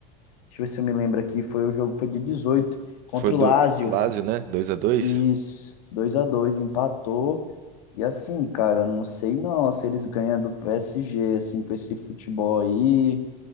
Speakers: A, on the left; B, on the right.
A: deixa eu ver se eu me lembro aqui, foi o jogo, foi dia 18 contra
B: Foi do
A: o Lazio.
B: Lazio, né? dois a dois
A: Isso, 2 a 2 empatou. E assim, cara, não sei não se eles ganham do PSG, assim, com esse futebol aí.